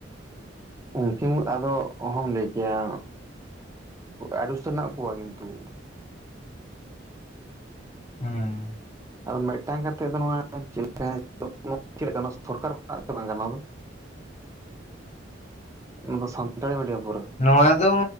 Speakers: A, on the right; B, on the left.
A: ᱩᱱᱠᱤᱱ ᱟᱫᱚ ᱚᱦᱚᱢ ᱞᱟᱹᱭ ᱠᱮᱭᱟ ᱟᱹᱰᱤ <unintelligible> ᱦᱮᱱᱟᱜ ᱠᱚᱣᱟ ᱠᱤᱱᱛᱩ ᱾
B: ᱦᱮᱸ
A: ᱟᱨ ᱢᱤᱫᱴᱟᱝ ᱠᱟᱛᱮᱫ ᱫᱚ ᱱᱚᱣᱟᱮᱫ ᱪᱮᱫ <unintelligible> ᱥᱚᱨᱠᱟᱨ ᱠᱚᱣᱟᱜ ᱵᱟᱝ ᱠᱟᱱᱟ ᱱᱚᱣᱟ ᱫᱚ? ᱱᱚᱣᱟ ᱫᱚ ᱥᱟᱱᱛᱟᱲᱤ ᱢᱤᱰᱤᱭᱚ ᱠᱚᱨᱮ᱾
B: ᱱᱚᱣᱟ ᱫᱚ